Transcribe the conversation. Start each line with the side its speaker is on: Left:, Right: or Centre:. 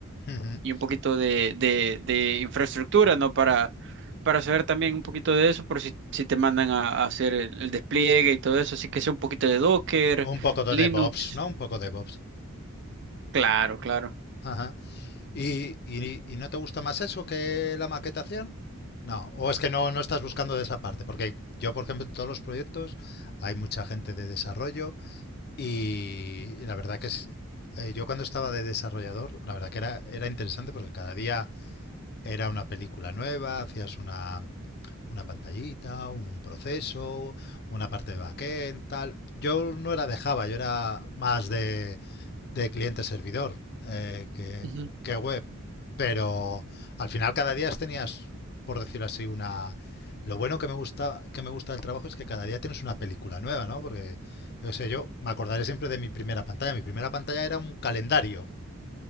Left: Ujú.
Right: y un poquito de, de- de infraestructura, ¿no? Para, para saber también un poquito de eso, por si, si te mandan a, a hacer el, el despliegue y todo eso. Así que sé un poquito de Docker,
Left: Un poco de
Right: Linux.
Left: DevOps, ¿no? Un poco de DevOps.
Right: Claro, claro.
Left: Ajá. ¿Y, y- y no te gusta más eso que la maquetación? No, o es que no, no estás buscando de esa parte, porque yo, por ejemplo, en todos los proyectos hay mucha gente de desarrollo y la verdad que es, eh, yo cuando estaba de desarrollador, la verdad que era, era interesante porque cada día era una película nueva, hacías una, una pantallita, un proceso, una parte de backend, tal. Yo no era de Java, yo era más de, de cliente-servidor eh, que,
Right: Ujú,
Left: que web. Pero al final cada día tenías, por decirlo así, una... Lo bueno que me gusta, que me gusta del trabajo es que cada día tienes una película nueva, ¿no? Porque, yo sé, yo me acordaré siempre de mi primera pantalla. Mi primera pantalla era un calendario